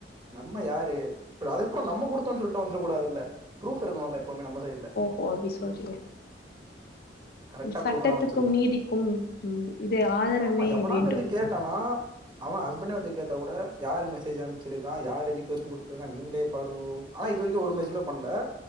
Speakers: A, on the right; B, on the left.
A: நம்ம யாரு அதுக்கப்பற நம்ம குடுத்தோன் சொல்ட்டு வந்துர கூடாதுல்ல ப்ரூஃப் இருக்கணுல எப்பவுமே நம்ம சைட்ல
B: ஓ அப்டி சொல்றீங்க
A: ட்டா
B: சட்டத்துக்கும்
A: ப்ரூஃப் எல்லா வச்சிருக்கோ
B: நீதிக்கும் ம் இது ஆதரமே
A: ஆமா எவனாச்சு
B: வேண்டும்
A: வந்து கேட்டானா அவன் ஹஸ்பண்டே வந்து கேட்டா கூட யாரு மெசேஜ் அனுப்ச்சிருக்கா யாரு ரிக்வெஸ்ட் குடுத்ருக்கா நீங்களே பாருங்கோ ஆனா இது வரைக்கு ஒரு மெசேமே பண்ல